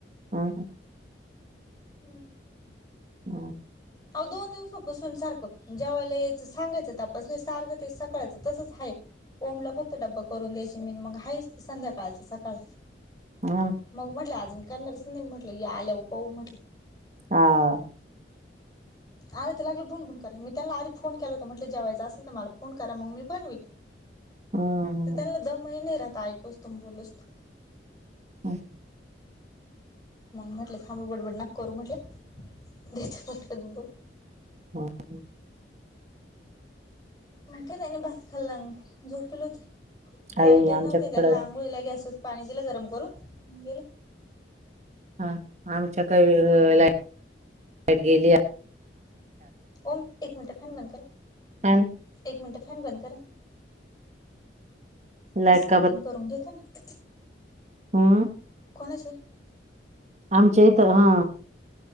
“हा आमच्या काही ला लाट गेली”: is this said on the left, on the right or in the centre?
Right